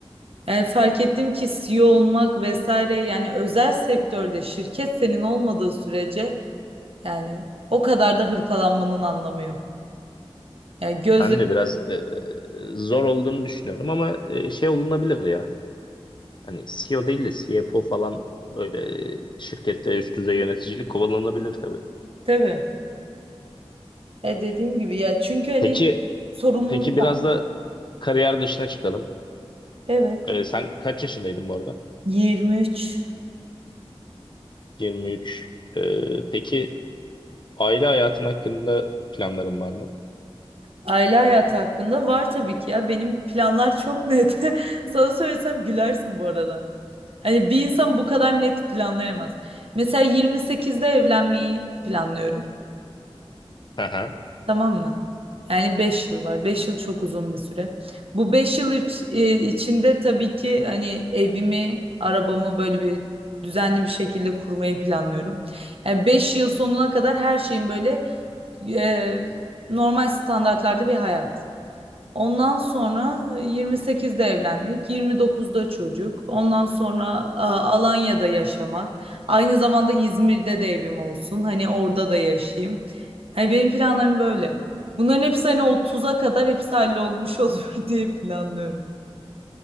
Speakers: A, on the right; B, on the left.
A: Yani fark ettim ki CEO olmak vesaire yani özel sektörde şirket senin olmadığı sürece yani o kadar da hırpalanmanın anlamı yok. Yani gözle
B: Ben de biraz e, zor olduğunu düşünüyorum ama e, şey olunabilir ya. Hani CEO değil de CFO falan öyle şirkette üst düzey yöneticilik kovalanabilir tabii.
A: tabii. E dediğim gibi ya çünkü hani
B: Peki
A: sorumluluk
B: peki biraz
A: var.
B: da kariyer dışına çıkalım.
A: evet
B: Ee, sen kaç yaşındaydın bu arada?
A: 23
B: 23. Ee, peki aile hayatın hakkında planların var mı?
A: aile hayatı hakkında var tabii ki ya benim planlar çok net. <laughs> Sana söylesem gülersin bu arada. Hani bir insan bu kadar net planlayamaz. Mesela 28'de evlenmeyi planlıyorum.
B: Aha.
A: Tamam mı? Yani 5 yıl var. 5 yıl çok uzun bir süre. Bu 5 yıl üç- e, içinde tabii ki hani evimi, arabamı böyle bir düzenli bir şekilde kurmayı planlıyorum. Yani 5 yıl sonuna kadar her şeyin böyle e, normal standartlarda bir hayat. Ondan sonra e, 28'de evlenmek, 29'da çocuk. Ondan sonra a, Alanya'da yaşamak. Aynı zamanda İzmir'de de evim olsun. Hani orada da yaşayayım. Hani benim planlarım böyle. Bunların hepsi hani 30'a kadar hepsi hallolmuş olur <laughs> diye planlıyorum.